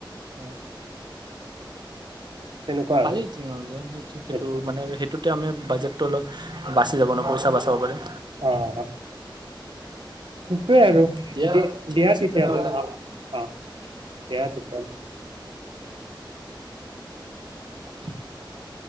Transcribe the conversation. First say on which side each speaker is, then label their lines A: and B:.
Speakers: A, on the right; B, on the right.
A: অ
B: তেনেকুৱা আৰু
A: পাৰি তেনেহলে সেইটো সেইটো
B: সেইটোৱে
A: মানে সেইটোতে আমি বাজেট। ত লগ বাচি যাব ন পইচা বাচাব পাৰিম।
B: অহ অ সেইটোৱে আৰু
A: দিয়া ঠিক
B: দিয়া
A: আছে
B: তেতিয়াহলে
A: তেনেহ'লে
B: আহ অ দিয়া তেতিয়া কাল ় <unintelligible>